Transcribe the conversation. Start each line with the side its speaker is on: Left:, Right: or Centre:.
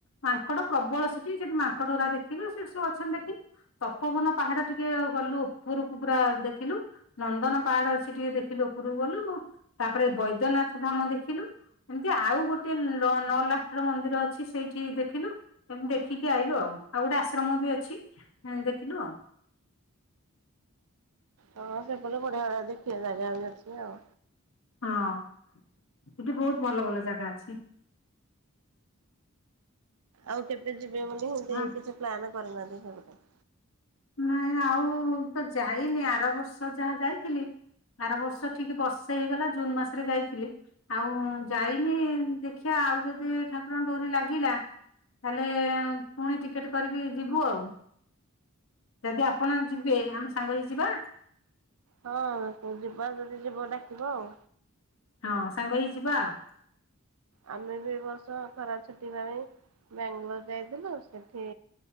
Left: ମାଙ୍କଡ ପ୍ରବଳ ସେଠି ସେଠି ମାଙ୍କଡ ଗୁରା ଦେଖିଲୁ ସେଠି ସବୁ ଅଛନ୍ତି ଦେଖି ତପୋବନ ପାହାଡ ଟିକେ ଗଲୁ ଉପରକୁ ପୁରା ଦେଖିଲୁ! ନନ୍ଦନ ପାହାଡ ଅଛି ଟିକେ ଦେଖିଲୁ ଉପରକୁ ଗଲୁ ତାପରେ ବୈଦ୍ୟନାଥ ଧାମ ଦେଖିଲୁ! ଏମିତି ଆଉ ଗୋଟେ ନ ନଲାଖର ମନ୍ଦିର ଅ ଅଛି ସେଇଠି ଦେଖିଲୁ ଏମିତି ଦେଖିକି ଆଇଲୁ ଆଉ ଆଉ ଗୋଟେ ଆଶ୍ରମ ବି ଅଛି ଅ ଦେଖିଲୁ ଆଉ!
Right: ହଁ ସେପଟେ ବଢିଆ ଦେଖିଆ ଜାଗା ବି ଅଛି ଆଉ!
Left: ହଁ ହେଠି ବହୁତ ଭଲ ଭଲ ଜାଗା ଅଛି!
Right: ଆଉ କେବେ ଯିବେ ବୋଲି ସେିମିତି
Left: ହଁ
Right: କିଛି ପ୍ଲାନ କରିନାହାନ୍ତି ଅବିକା!
Left: ନାଇଁ ଆଉ ତ ଯାଇନି ଆର ବର୍ଷ ଯାହା ଯାଇଥିଲି! ଆର ବର୍ଷ ଠିକ୍ ବର୍ଷେ ହେଇଗଲା ଜୁନ ମାସରେ ଯାଇଥିଲି! ଆଉ ଯାଇନି ଦେଖିଆ ଆଉ ଯଦି ଠାକୁରଙ୍କ ଡୋରି ଲାଗିଲା! ତାହେଲେ ପୁଣି ଟିକେଟ୍ କରିକି ଯିବୁ ଆଉ। ଯଦି ଆପଣ ଯିବେ ଆମେ ସାଙ୍ଗ ହେଇ ଯିବା?
Right: ହଁ ଯିବା ଯଦି ଯିବ ଡାକିବ ଆଉ।
Left: ହଁ ସାଙ୍ଗ ହେଇ ଯିବା ଆଉ।
Right: ଆମେ ବି ଏବର୍ଷ ଖରା ଛୁଟି ପାଇଁ ବ୍ୟାଂଲୋର ଯାଇଥିଲୁ ସେଠି